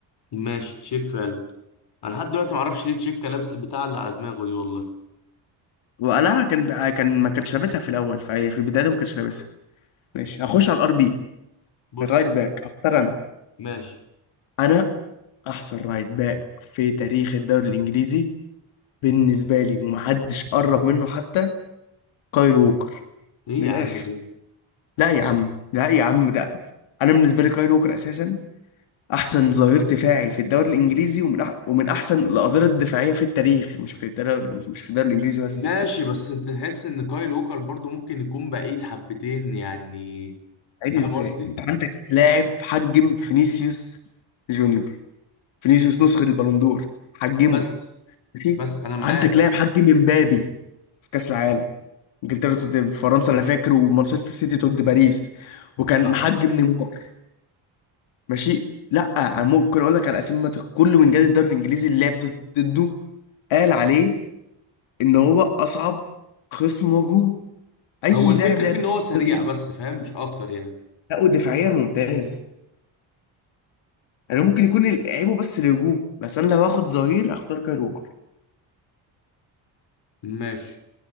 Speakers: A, on the left; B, on the left.
A: ماشي تشيك فعلا انا لحد دلوقتي ما اعرفش ليه تشيك لابس البتاع اللي على دماغه دي والله
B: وقلعها كان بقى كان ما كانش لابسها في الاول فهي في البدايه ما كانش لابسها ماشي هخش
A: امم
B: على الار بي
A: بص
B: الرايت باك هختار انا
A: ماشي
B: انا احسن رايت باك في تاريخ الدوري الانجليزي بالنسبه لي ومحدش قرب منه حتى كايل ووكر
A: ايه
B: من
A: يا عم
B: الاخر
A: ده
B: لا يا عم لا يا عم لا انا بالنسبه لي كايل ووكر اساسا احسن ظهير دفاعي في الدوري الانجليزي ومن أح ومن احسن الاظهره الدفاعيه في التاريخ مش في الدوري مش في الدوري الانجليزي بس
A: ماشي بس انت تحس ان كايل ووكر برضو ممكن يكون بعيد حبتين يعني
B: عادي
A: فاهم
B: ازاي
A: قصدي
B: انت عندك لاعب حجم فينيسيوس جونيور فينيسيوس نسخه البالندور حجمه
A: بس
B: ماشي
A: بس انا معاك
B: عندك لاعب حجم امبابي في كاس العالم انجلترا ضد فرنسا انا فاكر ومانشستر سيتي ضد باريس وكان
A: فاهم
B: محجم نيمار ماشي لا أنا ممكن اقول لك على اسامي كل وينجات الدوري الانجليزي اللي لعب ضد- ضده قال عليه ان هو اصعب خصم واجهه اي
A: هو الفكره
B: لاعب لعب
A: في ان هو سريع
B: ضده
A: بس فاهم مش اكتر يعني
B: لا ودفاعيا ممتاز انا ممكن يكون لعيبه بس الهجوم بس انا لو هاخد ظهير اختار كايل ووكر
A: ماشي